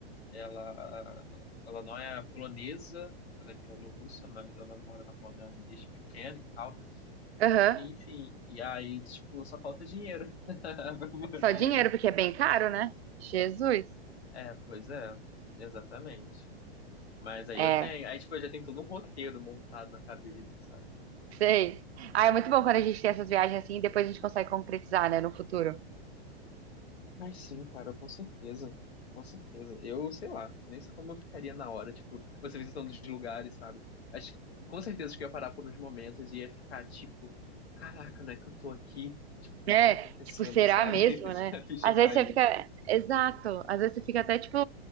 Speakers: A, on the left; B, on the right.
A: Ela, ela não é polonesa, ela é bielorrussa, mas ela mora na Polônia desde pequena e tal.
B: Aham.
A: Enfim, e aí, tipo, só falta dinheiro <laughs> pra poder
B: Só dinheiro,
A: ir.
B: porque é bem caro, né? Jesus.
A: É, pois é, exatamente. Mas aí
B: É,
A: eu tenho, aí tipo, eu já tenho todo um roteiro montado na cabeça, sabe?
B: sei. Ah, é muito bom quando a gente tem essas viagens assim e depois a gente consegue concretizar, né, no futuro.
A: Mas sim, cara, com certeza. Com certeza. Eu, sei lá, nem sei como eu ficaria na hora, tipo, você visitando os lugares, sabe? Acho que com certeza que eu ia parar por uns momentos e ia ficar tipo, caraca, não é que eu tô aqui? Tipo, o que
B: É,
A: que tá acontecendo,
B: tipo, será
A: sabe?
B: mesmo,
A: <laughs>
B: né?
A: A ficha
B: Às vezes
A: caindo.
B: você fica. Exato. Às vezes você fica até tipo,